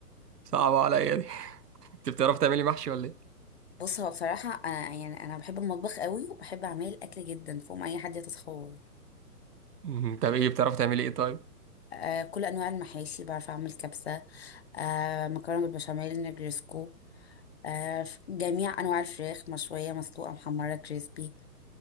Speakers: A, on the right; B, on the left.
A: صعبه عليا دي <laughs> انت بتعرفي تعملي محشي ولا ايه؟
B: بص هو بصراحه أنا يعني انا بحب المطبخ قوي وبحب اعمل الاكل جدا فوق ما اي حد يتخيل
A: مم، طب ايه بتعرفي تعملي ايه طيب؟
B: آه كل انواع المحاشي بعرف اعمل كبسه آه مكرونه بالبشاميل نجرسكو آه ف- جميع انواع الفراخ مشويه مسلوقه محمره كريسبي